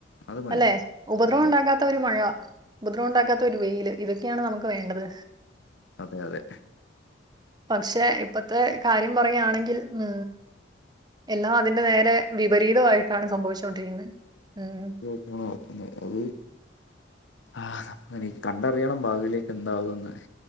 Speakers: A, on the left (about 70°); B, on the right (about 20°).
A: അത് മതി
B: അല്ലെ ഉപദ്രവം
A: ഉം
B: ഉണ്ടാകാ ത്ത ഒരു മഴ, ഉപദ്രവം ഉണ്ടാക്കാത്ത ഒരു വെയില് ഇതക്കെയാണ് നമുക്ക് വേണ്ടത്.
A: അതെ അതെ
B: പക്ഷെ ഇപ്പത്തെ കാര്യം പറയാണെങ്കിൽ ഉം എല്ലാം അതിന്റെ നേരെ വിപരീതമായിട്ടാണ് സംഭവിച്ചുകൊണ്ടിരിക്കുന്നത് ഉം.
A: നടക്കുന്നെ അത്. ആഹ് അപ്പ നി കണ്ടറിയണം ഭാവില് എന്താവാന്ന്.